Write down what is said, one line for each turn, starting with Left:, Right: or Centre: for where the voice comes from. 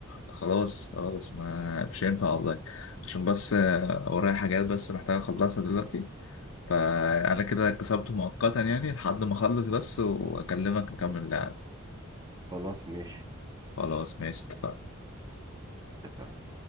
Left: خلاص خلاص ما مش هينفع والله عشان بس آه، ورايا حاجات بس محتاج اخلصها دلوقتي فانا كده كسبت مؤقتا يعني لحد ما اخلص بس واكلمك نكمل اللعب
Right: خلاص ماشي
Left: خلاص ماشي اتفقنا
Right: اتفقنا